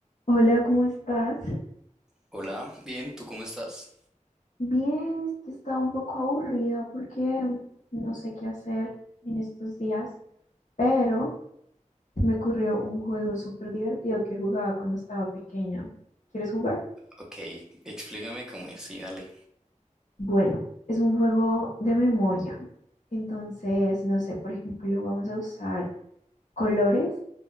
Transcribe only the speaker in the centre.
Hola, bien, ¿tú cómo estás?
Ok, explícame cómo es, sí, dale.